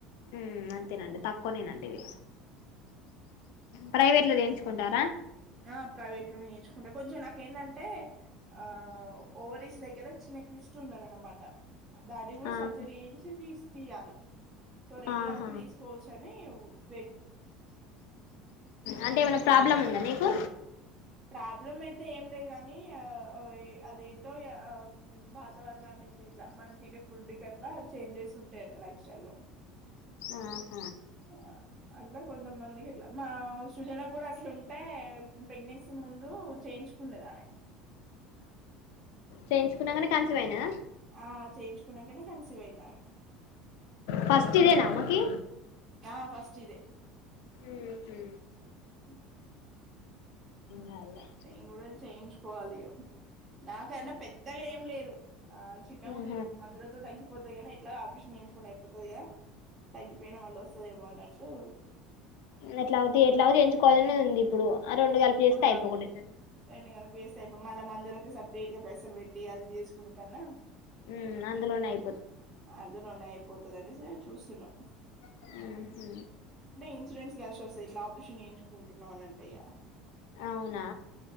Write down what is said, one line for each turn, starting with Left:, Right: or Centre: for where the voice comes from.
Left: ఉమ్ అంతేనండి తక్కువనేేనండి ఇది ప్రైవేట్ లో జేయించుకుంటార
Right: ఆ ప్రైవేట్ లోనె జేయించుకుంటం కొంచం నాకేంటంటే ఆ ఓవరీస్ దగ్గర చిన్న క్రిస్ట్ ఉన్నదన్నమాట దాన్ని కూడ
Left: ఆహా
Right: సర్జరీ ఏంసి తీసు తీయ్యాలి సో రెండు
Left: ఆహా!
Right: కల్పి తీసుకోవచ్చు అండి ని
Left: అంటే ఏమన ప్రాబ్లమ్ ఉంద మీకు
Right: ప్రాబ్లం అయితే ఏం లేదు కానీ ఆ, అదేంటో వాతావరణానికి ఇట్ల మనం తినే ఫుడ్ కి అట్ల చేంజెస్ ఉంటాయట లైఫ్ స్టైల్ లో
Left: <inaudible>
Right: <inaudible> అట్ల కొంతమందికి అట్లా మా సృజన కూడ అట్ల ఉంటే ప్రెగ్నెన్సీ ముందు చేయించుకుండేదామె
Left: చేయించుకున్నా కానే కొంచెమైనా
Right: ఆ చేయించుకున్నాకనే <inaudible>
Left: ఫస్ట్ దే నాన్నకి
Right: ఆ ఫస్ట్ ఇదే
Left: ఉహు
Right: ఉహు
Left: కాదులే
Right: ఆ ఎప్పుడే చెంజే నాకన్నా పెద్ద గా ఏం లేదు చిన్నగా
Left: ఆహా
Right: ఉంది మందులతో తగ్గి పోతేగిన ఎట్లా ఆపరేషన్ చేయించకుండా అయిపోతాది గా తగ్గిపోయినది మళ్ళా వస్తాదేమో అన్నట్టు
Left: అట్లాతే ఎట్లా చేయించుకోవాలనే ఉంది ఇప్పుడు ఆ రెండు కల్పి చేస్తే
Right: ఆ
Left: అయిపోతుండా
Right: రెండు కలిపి చేస్తే అయిపో మళ్ళా మందులకి సపరేట్ గా పైసలు పెట్టి అది చేసుకుంటన్నాం
Left: మ్మ్ అందులోనే అయి
Right: అందులోనే అయిపోతాదని సార్ చూస్తున్నాం
Left: ఉహు
Right: ఇన్సూరెన్స్ కలిసివస్తాయి ఇట్ల ఆపరేషన్ చేయిచుకుంటున్నాం అనంటయ్యా
Left: అవునా